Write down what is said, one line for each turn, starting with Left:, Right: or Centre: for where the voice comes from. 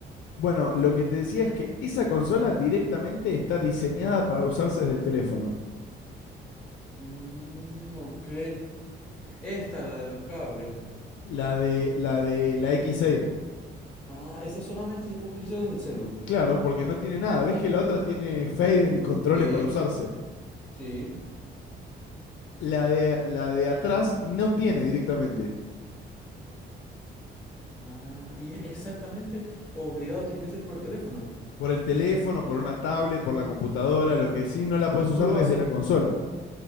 Left: Bueno, lo que te decía es que esa consola directamente está diseñada para usarse desde el teléfono.
Centre: Mm, ok. Esta, la de los cables.
Left: La de la de la X-Air.
Centre: Ah, esa solamente se puede utilizar desde el celu.
Left: Claro, porque no tiene nada. ¿Ves que la otra tiene fader y controles
Centre: Sí,
Left: para usarse?
Centre: sí.
Left: La de, la de atrás no tiene directamente.
Centre: Ah, y es exactamente obligado, tiene que ser por el teléfono.
Left: Por el teléfono, por una tablet, por la computadora, lo que sí no la puedes usar
Centre: Tú lo
Left: desde
Centre: haces,
Left: la consola.